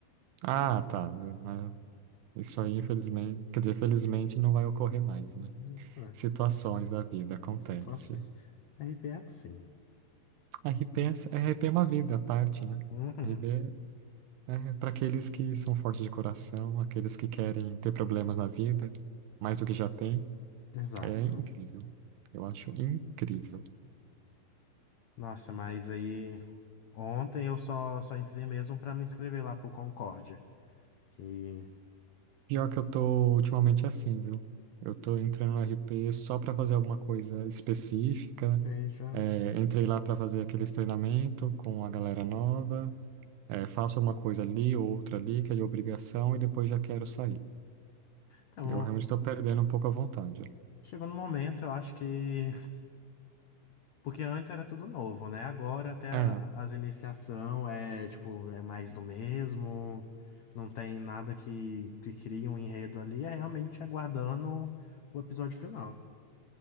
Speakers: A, on the right; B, on the left.
A: ah, tá. né? Isso aí, infelizmente, quer dizer, felizmente não vai ocorrer mais,
B: Uhum,
A: né?
B: é,
A: Situações da vida acontecem.
B: situações. RP é assim.
A: RP é, RP é uma vida à parte, né?
B: Uhum,
A: RP é para aqueles que são fortes de coração, aqueles que querem ter problemas na vida, mais do que já tem.
B: exato.
A: É incrível. Eu acho incrível.
B: Nossa, mas aí. Ontem eu só, só entrei mesmo para me inscrever lá pro Concórdia. Que.
A: Pior que eu tô ultimamente assim, viu? Eu tô entrando no RP só pra fazer alguma coisa específica.
B: Veja.
A: É, entrei lá pra fazer aqueles treinamento com a galera nova. É, faço uma coisa ali, outra ali, que é de obrigação, e depois já quero sair.
B: Então,
A: Eu realmente estou perdendo um pouco a vontade.
B: chegou no momento, eu acho que. Porque antes era tudo novo, né? Agora até a-
A: É,
B: as iniciação é, tipo, é mais do mesmo. Não tem nada que, que crie um enredo ali. É realmente aguardando o episódio final. <laughs>